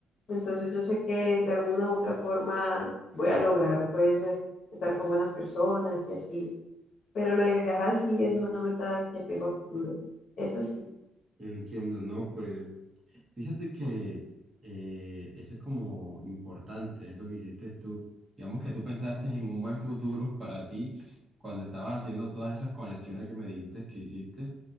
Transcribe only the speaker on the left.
entonces yo sé que de alguna u otra forma voy a lograr pues eh, estar con buenas personas y así, pero lo de viajar sí es una meta que tengo a futuro, es así.